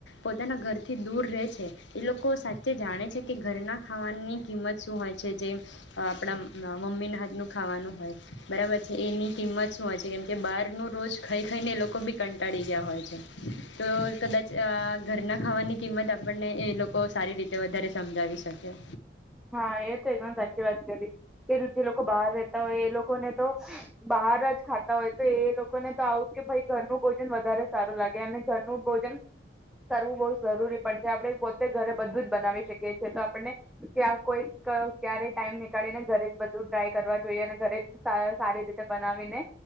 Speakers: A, on the left; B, in the centre.
A: પોતાના ઘર. દૂર રહે છે એ લોકો સાચે જાણે છે કે ઘરના. ના ખાવાની કિંમત શું હોય છે જે આપણા મમ્મીના હાથનું ખાવાનું હોય બરાબર છે એની કિંમત શું હોય છે કેમકે બહાર ન રોજ ખાઈ ખાઈને એ લોકો બી કંટાળી ગયા હોય છે તો કદાચ ઘરના ખાવાની. કિંમત આપણને એ લોકો સારી રીતે વધારે સમજાવી શકે.
B: હા એ તો સાચી વાત કરી કે જે લોકો. બહાર રહેતા હોય એ લોકોને તો બહાર જ ખાતા હોય તો એ લોકોને તો આવું કે ભાઈ ઘરનું ભોજન વધારે સારું લાગે અને ઘરનું ભોજન કરવું બહુ જરૂરી પણ છે આપણે પોતે ઘરે બધું જ બનાવી શકીએ છેએ તો આપણને. કે કોઈ ક્યારેય ટાઈમ નીકળીને ઘરે જ બધું ટ્રાય કરવા જોઈએ અને ઘરે સારી રીતે બનાવીને